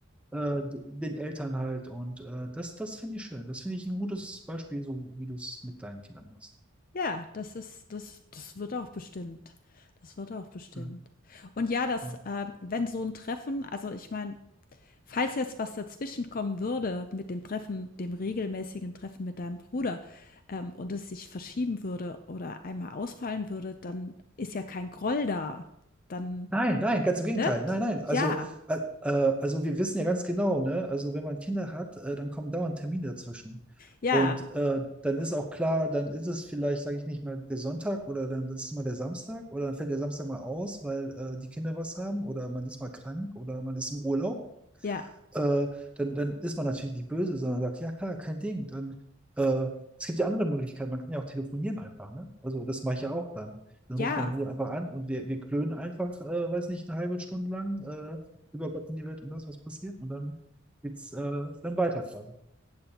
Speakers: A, in the centre; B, on the left.
A: äh, den Eltern halt. Und äh, das, das finde ich schön. Das finde ich ein gutes Beispiel, so wie du es mit deinen Kindern machst.
B: Ja, das ist das das wird auch bestimmt. Das wird auch bestimmt.
A: Ja,
B: Und ja, das,
A: ja.
B: äh, wenn so ein Treffen also, ich meine, falls jetzt was dazwischenkommen würde mit dem Treffen dem regelmäßigen Treffen mit deinem Bruder, ähm, und es sich verschieben würde oder einmal ausfallen würde, dann ist ja kein Groll da. Dann
A: Nein, nein, ganz im Gegenteil.
B: ne?
A: Nein, nein. Also,
B: Ja.
A: äh, äh, also wir wissen ja ganz genau, ne? Also wenn man Kinder hat, äh, dann kommen dauernd Termine dazwischen.
B: <laughs> Ja,
A: Und äh, dann ist auch klar, dann ist es vielleicht, sage ich nicht mal, der Sonntag oder dann ist es mal der Samstag oder dann fällt der Samstag mal aus, weil äh, die Kinder was haben oder man ist mal krank oder man ist im Urlaub
B: ja,
A: äh, dann, dann ist man natürlich die böse, sondern sagt, ja klar, kein Ding. Dann, äh, es gibt ja andere Möglichkeiten, man kann ja auch telefonieren einfach, ne? Also das mache ich ja auch dann. Dann
B: ja.
A: rufe ich meinen Bruder einfach an und wir, wir klönen einfach, äh, weiß nicht, eine halbe Stunde lang äh, über Gott in die Welt und das, was passiert. Und dann geht's äh, dann weiter quasi.